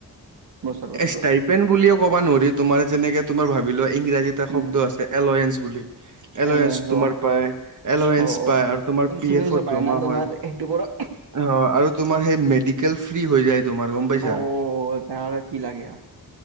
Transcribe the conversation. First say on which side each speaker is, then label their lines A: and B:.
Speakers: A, on the right; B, on the right.
A: বছৰ বছৰত
B: ষ্টাইপেন বুলিয়ও ক'ব নোৱাৰি, তোমাৰ যেনেকে তোমাৰ ভাব ভাবি লোৱা ইংৰাজীত এটা
A: উম।
B: শব্দ আছে, এলয়েন্ঞ্চ বুলি। এলেঞ্চ
A: এলৱেঞ্চ
B: তোমাৰ
A: অ'
B: পায়, এলেঞ্চ
A: অ' অ'।
B: পায় আৰু তোমাৰ
A: ইঞ্চুৰেঞ্চো
B: পি, এফ, ত
A: পায়
B: জমা
A: না তোমাৰ
B: হয়। অ,
A: সেইটো পৰা
B: আৰু তোমাৰ সেই মেডিকেল ফ্ৰী হৈ যায়, তোমাৰ গম পাইছা।
A: অ' তাৰ আৰু কি লাগে আৰ